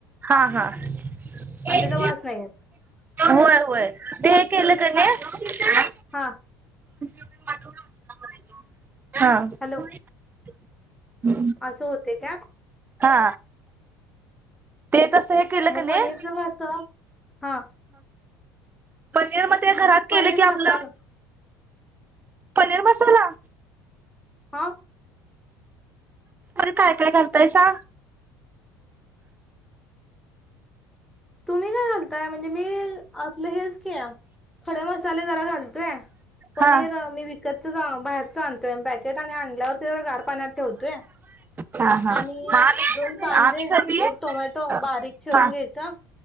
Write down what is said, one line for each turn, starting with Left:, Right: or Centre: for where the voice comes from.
Right: हा हाय
Centre: आणि त्याचा वास नाही येत
Right: होय ते केलं <unintelligible>
Centre: हा
Right: <unintelligible> हा हम् <unintelligible>
Centre: हॅलो असं होते काय
Right: हा ते तस हे केलं
Centre: मग
Right: क
Centre: पनीर
Right: नाही
Centre: च कसं हा
Right: पनीर म ते घरात
Centre: पनीर
Right: केले की
Centre: मसाला
Right: आपलं पनीर मसाला
Centre: हा
Right: काय काय घालतायसा?
Centre: तुम्ही काय घालताय म्हणजे मी आतलं हेच थोडे मसाले जरा घालतोय पनीर
Right: हा
Centre: मी विकत बाहेरच आणतोय पॅकेट आणि आणल्यावरती जरा गार पाण्यात ठेवतोय
Right: हा हा मग
Centre: आणि
Right: आम्ही
Centre: दोन कांदे
Right: आम्ही कधी हा
Centre: एक टोमॅटो बारीक चिरून
Right: हा
Centre: घ्यायचा